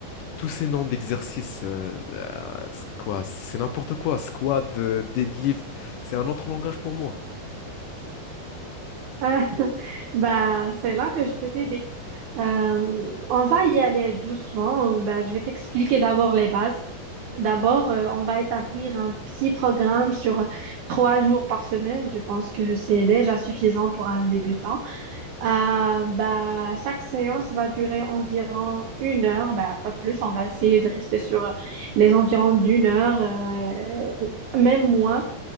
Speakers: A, on the left (about 80°); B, on the right (about 55°).
A: tous ces noms d'exercices, euh, euh, c'est quoi, c'est n'importe quoi. Squat, euh, deadlift, c'est un autre langage pour moi.
B: Ah, <laughs> bah, c'est là que je peux t'aider. Euh, on va y aller doucement. Euh, Bah, je vais t'expliquer d'abord les bases. D'abord, euh, on va établir un petit programme sur trois jours par semaine. Je pense que c'est déjà suffisant pour un débutant. Euh, bah, chaque séance va durer environ une heure, bah, pas plus. On va essayer de rester sur euh, les environs d'une heure, euh, même moins.